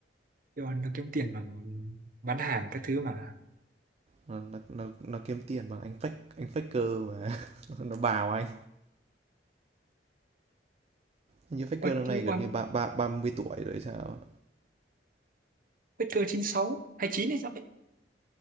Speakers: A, on the right; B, on the right.
A: yêu ăn nó kiếm tiền bằng bán hàng các thứ mà
B: Nó nó nó kiếm tiền bằng anh fake anh faker mà <laughs> nó bào anh. như faker
A: Ôi,
B: năm
A: yêu
B: nay gần
A: ăn
B: như ba ba 30 tuổi rồi sao
A: Faker chín sáu hay chín hay sao ấy